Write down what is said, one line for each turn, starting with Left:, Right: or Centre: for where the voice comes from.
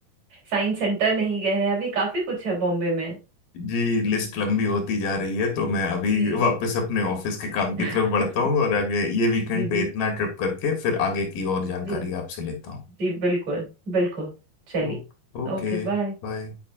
Right: साइंस सेंटर नहीं गए हैं अभी काफी कुछ है बॉम्बे में
Left: जी लिस्ट लंबी होती जा रही है तो मैं अभी
Right: जी
Left: वापस अपने ऑफिस के काम की
Right: <laughs>
Left: तरफ बढ़ता हूँ और आगे ये वीकेंड
Right: जी
Left: पे
Right: जी
Left: इतना ट्रिप करके फिर आगे की और जानकारी
Right: जी
Left: आपसे लेता हूँ
Right: जी बिल्कुल बिल्कुल चलिए
Left: ओ, ओके
Right: ओके बाय
Left: बाय